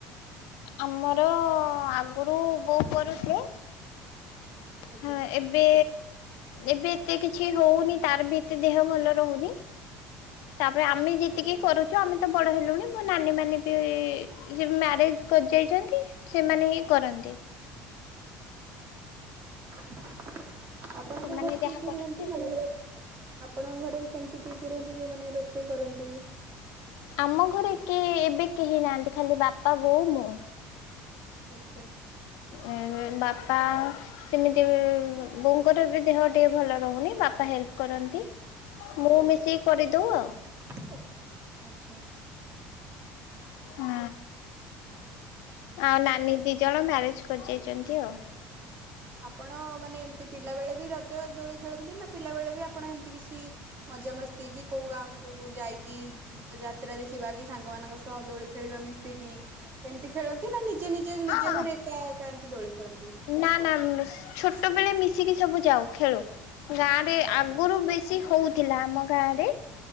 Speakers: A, on the left (about 80°); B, on the right (about 45°).
A: ଆମର ଆଗରୁ ବୋଉ କରୁଥିଲେ
B: ଆଜ୍ଞା।
A: ହଁ ଏବେ, ଏବେ ଏତେ କିଛି ହଉନି, ତାର ବି ଏତେ ଦେହ ଭଲ ରହୁନି। ତାପରେ ଆମେ ଯେତିକି
B: ଆଜ୍ଞା
A: କରୁଛୁ, ଆମେ ତ ବଡ ହେଲୁଣି। ମୋ ନାନୀ ମାନେ ବି ସେ ମ୍ୟାରେଜ କରି ଯାଇଛନ୍ତି ସେମାନେ ହିଁ କରନ୍ତି।
B: ଆପଣଙ୍କ
A: ସେମାନେ
B: ଘରେ କିଏ
A: ଯାହା
B: କି
A: କରନ୍ତି
B: ରୁହନ୍ତି? ମାନେ ଆପଣଙ୍କ ଘରେ ସେମିତି କିଏ କିଏ ରୁହନ୍ତି, ଯୋଉମାନେ ରୋଷେଇ କରନ୍ତି?
A: ଆମ ଘରେ କିଏ ଏବେ କେହି ନାହାନ୍ତି, ଖାଲି ବାପା ବୋଉ ମୁଁ।
B: ଆଚ୍ଛା।
A: ଏ ବାପା ସେମିତି ବୋଉଙ୍କର ବି ଦେହ ଟିକେ ଭଲ ରହୁନି ବାପା ହେଲ୍ପେ କରନ୍ତି। ମୁଁ ମିଶିକି କରିଦଉ ଆଉ।
B: ଆଛା ଆଛା।
A: ହଁ ଆଉ ନାନୀ ଦି ଜଣ ମ୍ୟାରେଜ କରି ଯାଇଛନ୍ତି ଆଉ।
B: ଆପଣ ମାନେ ଏମିତି ପିଲା ବେଳେ ବି ରଜ ଦୋଳି ଖେଳନ୍ତି? ନା ପିଲା ବେଳେ ବି ଆପଣ ଏମିତି କିଛି ମଜା ମସ୍ତି କି କୋଉ ଗାଁ କୁ କଉ ଯାଇକି ଯାତ୍ରା ଦେଖିବା କି, ସାଙ୍ଗମାନଙ୍କ ସହ ଦୋଳି ଖେଳିବା ମିଶିକି ଏମିତି ଖେଳନ୍ତି, ନା ନିଜ ନିଜ ନିଜଘରେ
A: ହଁ
B: ଏକା ଏକା ଏମିତି ଦୋଳି ଖେଳନ୍ତି।
A: ନା, ନା, ଅମ୍
B: ହ
A: ଛୋଟ ବେଳେ ମିଶିକି ସବୁ ଯାଉ ଖେଳୁ, ଗାଁ ରେ
B: ଆଜ୍ଞା
A: ଆଗରୁ ବେଶୀ ହଉ ଥିଲା। ଆମ ଗାଁରେ